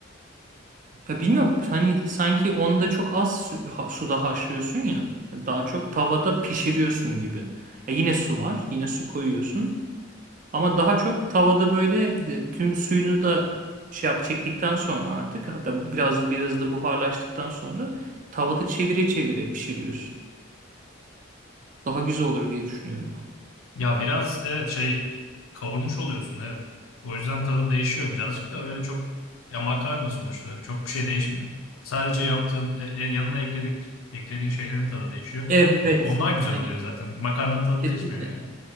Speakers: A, on the right; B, on the left.
A: Ya bilmiyorum. Hani sanki onda çok az su- ha- suda haşlıyorsun ya. Daha çok tavada pişiriyorsun gibi. Ya yine su var. Yine su koyuyorsun. Ama daha çok tavada böyle de- tüm suyunu da şey yap çektikten sonra artık hatta biraz biraz da buharlaştıktan sonra tavada çevire çevire pişiriyoruz. Daha güzel olur diye düşünüyorum ben.
B: Ya biraz evet şey kavurmuş oluyorsun evet. O yüzden tadı değişiyor birazcık da öyle çok ya makarna sonuçta çok bir şey değişmiyor. Sadece yaptığın e, e, yanına ekledik eklediğin şeylerin tadı değişiyor.
A: Evet,
B: O- Onlar güzel
A: aynen.
B: oluyor zaten. Makarnanın tadı
A: Kesinlikle.
B: değişmiyor yani.